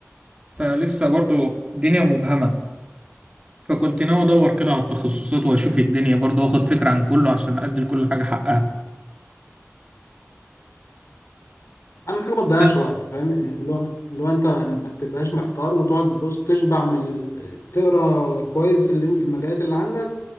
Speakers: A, on the right (about 20°); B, on the left (about 65°).
A: فلسه برضه الدنيا مبهمة فكنت ناوي ادور كده على التخصصات واشوف الدنيا برضه واخد فكرة عن كله عشان ادي لكل حاجة حقها
B: اهم حاجه ما تضيعش
A: بس
B: وقت فاهم اللي هو اللي هو انت ما تبقاش محتار وتقعد تبص تشبع من ال- تقرا كويس اللي انت- المجالات اللي عندك